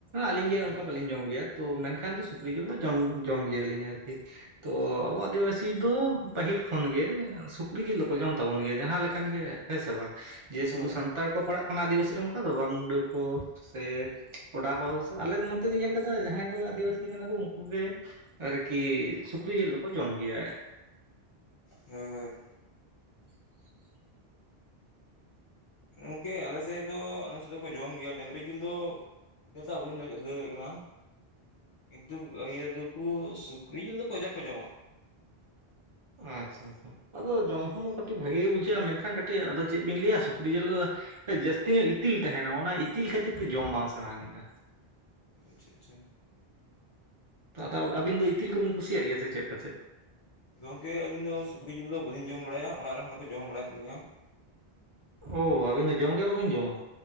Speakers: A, on the right; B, on the left.
A: ᱟᱹᱞᱤᱧ
B: ᱦᱩᱸ
A: ᱜᱮ ᱚᱱᱠᱟ ᱵᱟᱹᱞᱤᱧ ᱡᱚᱢ ᱜᱮᱭᱟ ᱛᱚ ᱢᱮᱱᱠᱷᱟᱱ ᱫᱚ ᱥᱩᱠᱨᱤ ᱡᱤᱞ ᱫᱚ ᱡᱚᱢ ᱡᱚᱢ ᱜᱮᱭᱟᱞᱤᱧ ᱟᱨᱠᱤ᱾ ᱛᱚ ᱟᱵᱚ ᱟᱹᱫᱤᱵᱟᱹᱥᱤ ᱫᱚ ᱯᱟᱹᱦᱤᱞ ᱠᱷᱚᱱᱜᱮ ᱥᱩᱠᱨᱤ ᱡᱤᱞ ᱫᱚᱠᱚ ᱡᱚᱢ ᱛᱟᱵᱚᱱ ᱜᱮᱭᱟ ᱡᱟᱦᱟᱸ ᱞᱮᱠᱟᱱ ᱜᱮ ᱦᱮᱸ ᱥᱮ ᱵᱟᱝ ᱡᱮ ᱥᱩᱫᱩ
B: ᱦᱳᱭ
A: ᱥᱟᱱᱟᱲ ᱠᱚ ᱯᱟᱲᱟᱜ ᱠᱟᱱᱟ ᱟᱹᱫᱤᱵᱟᱹᱥᱤ ᱨᱮ ᱚᱱᱠᱟ ᱫᱚ ᱵᱟᱝ ᱢᱩᱰᱟᱹ ᱠᱚ ᱥᱮ ᱠᱚᱰᱟ ᱠᱚ ᱟᱞᱮ ᱱᱚᱛᱮ ᱫᱚᱧ ᱧᱮᱞ ᱠᱟᱫᱟ ᱡᱟᱦᱟᱸᱭ ᱠᱚ ᱟᱹᱫᱤᱵᱟᱹᱥᱤ ᱠᱟᱱᱟ ᱠᱚ ᱩᱱᱠᱩ ᱜᱮ ᱠᱤ ᱥᱩᱠᱨᱤ ᱡᱤᱞ ᱫᱚᱠᱚ ᱡᱚᱢ ᱜᱮᱭᱟ᱾
B: ᱦᱳᱭ ᱦᱳᱭ
A: <inaudible>
B: ᱜᱚᱝᱠᱮ ᱟᱞᱮ ᱥᱮᱫ ᱫᱚ ᱟᱞᱮ ᱥᱮᱫ ᱫᱚᱠᱚ ᱡᱚᱢ ᱜᱮᱭᱟ ᱰᱟᱹᱝᱨᱤ ᱡᱤᱞ ᱫᱚ᱾ ᱮᱵᱴᱟ <unintelligible> ᱠᱤᱱᱛᱩ ᱤᱭᱟᱹ ᱫᱚᱠᱚ ᱥᱩᱠᱨᱤ ᱡᱤᱞ ᱫᱚ ᱠᱚᱭᱡᱟᱠ ᱠᱚ ᱡᱚᱢᱟ᱾
A: ᱟᱪᱪᱷᱟ ᱟᱪᱪᱷᱟ ᱟᱫᱚ ᱡᱚᱢ ᱦᱚᱸ ᱠᱟᱹᱴᱤᱡ ᱵᱷᱟᱜᱤ ᱜᱮ ᱵᱩᱡᱷᱟᱹᱜᱼᱟ᱾ ᱢᱮᱱᱠᱷᱟᱱ ᱠᱟᱹᱴᱤᱡ ᱟᱫᱚ ᱪᱮᱫ ᱵᱤᱱ ᱞᱟᱹᱭᱟ ᱥᱩᱠᱨᱤ ᱡᱤᱞ ᱫᱚ ᱡᱟᱹᱥᱛᱤ ᱧᱚᱜ ᱤᱛᱤᱞ ᱛᱟᱦᱮᱱᱟ ᱚᱱᱟ ᱤᱛᱤᱞ ᱠᱷᱟᱹᱛᱤᱨ ᱛᱮ ᱡᱚᱢ ᱵᱟᱝ ᱥᱟᱱᱟᱱᱼᱟ᱾
B: ᱟᱪᱪᱷᱟ ᱟᱪᱪᱷᱟ
A: ᱟᱫᱚ ᱟᱵᱤᱱ ᱫᱚ ᱤᱛᱤᱞ ᱠᱚᱵᱤᱱ ᱠᱩᱥᱤᱭᱟᱜ ᱜᱮᱭᱟ ᱥᱮ ᱪᱮᱫ ᱯᱟᱪᱮᱫ?
B: ᱜᱚᱝᱠᱮ ᱟᱹᱞᱤᱧ ᱫᱚ ᱥᱩᱠᱨᱤ ᱡᱤᱞ ᱫᱚ ᱵᱟᱹᱞᱤᱧ ᱡᱚᱢ ᱵᱟᱲᱟᱭᱟ ᱚᱲᱟᱜ ᱨᱮᱱ ᱦᱚᱲ ᱠᱚ ᱡᱚᱢ ᱵᱟᱲᱟᱭ ᱛᱟᱹᱞᱤᱧᱟ᱾
A: ᱚ ᱟᱹᱵᱤᱱ ᱫᱚ ᱡᱚᱢ ᱜᱮ ᱵᱟᱵᱤᱱ ᱡᱚᱢᱟ?